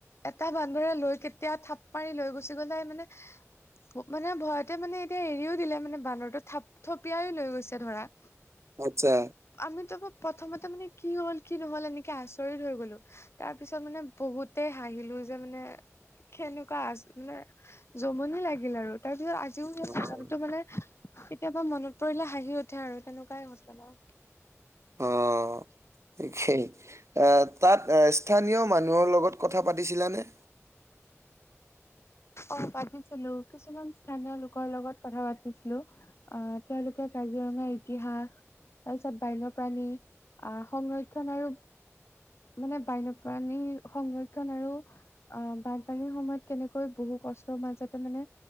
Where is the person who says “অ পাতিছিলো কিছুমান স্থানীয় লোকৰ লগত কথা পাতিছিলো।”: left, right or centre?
Left